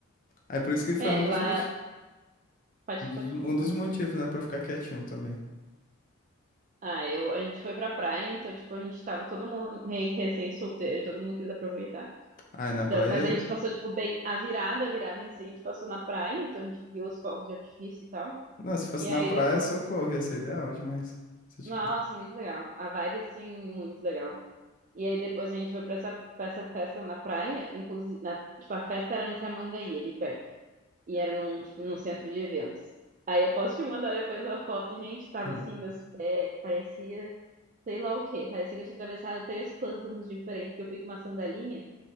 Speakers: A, on the left; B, on the right.
A: Aí, por isso que foi
B: É,
A: um dos
B: lá.
A: motivos.
B: Pode,
A: Um dos,
B: pode,
A: um
B: pode,
A: dos
B: desculpa.
A: motivos, né, pra ficar quietinho também.
B: Ah, eu, a gente foi pra praia, então, tipo, a gente tava todo mundo meio que recém-solteiro, e todo mundo quis aproveitar.
A: Ah, e na praia.
B: Então, mas a gente passou, tipo, bem a virada, a virada em si, a gente passou na praia, então a gente viu os fogos de artifício e tal.
A: Não, se fosse
B: E aí
A: na praia,
B: depois,
A: socorro, ia ser ideal demais. Se eu tivesse.
B: nossa, muito legal. A vibe, assim, muito legal. E aí depois a gente foi pra essa, pra essa festa na praia, inclusive, na, tipo, a festa era em Tramandaí, ali perto. E era num, tipo, num centro de eventos. Aí eu posso te mandar depois a foto, gente, tava
A: <laughs>
B: assim, meus pés, parecia sei lá o quê, parecia que eu tinha atravessado três pântanos diferentes, porque eu fui com uma sandalinha,